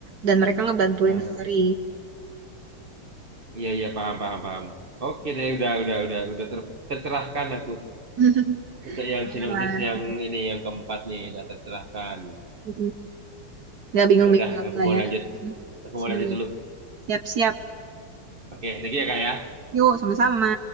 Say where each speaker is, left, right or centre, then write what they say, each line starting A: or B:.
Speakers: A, on the right; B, on the right.
A: Dan mereka ngebantuin
B: Ah,
A: Harry.
B: ah. iya iya paham paham paham. Oke deh udah udah udah udah ter- tercerahkan aku
A: <laughs> Nah,
B: untuk yang sinopsis
A: lah.
B: yang ini yang keempat nih udah tercerahkan.
A: Mm-mm. Nggak bingung-bingung
B: Ya udah aku
A: lah
B: mau
A: ya.
B: lanjut aku mau
A: Siap.
B: lanjut dulu.
A: Siap-siap.
B: Oke, thank you ya kak ya.
A: Yuk, sama-sama.